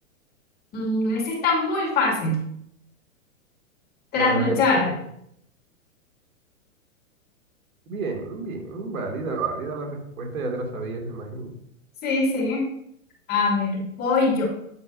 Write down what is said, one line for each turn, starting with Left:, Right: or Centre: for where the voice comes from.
Left: Mm, ese está muy fácil. Trasnochar.
Right: A ver, ¿qué es? Bien, bien, válida, válida la respuesta. Ya te la sabías, me imagino.
Left: Sí, sí. A ver, voy yo.